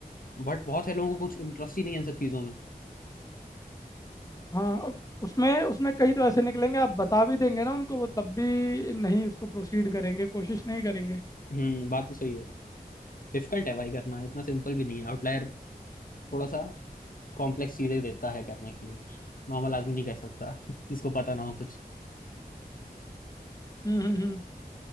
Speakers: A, on the left; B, on the left.
A: बट बहुत से लोगों को कुछ इंटरेस्ट ही नहीं है इन सब चीजों में
B: हाँ और उसमें उसमें कई तो ऐसे निकलेंगे आप बता भी देंगे ना उनको वो तब भी नहीं उसको प्रोसीड करेंगे कोशिश नहीं करेंगे
A: हम्म बात तो सही है डिफिकल्ट है भाई करना इतना सिंपल भी नहीं है आउटलायर थोड़ा सा कॉम्प्लेक्स चीजें देता है करने के लिए नॉर्मल आदमी नहीं कर सकता <laughs> जिसको पता ना हो कुछ
B: हम्म हम्म हम्म।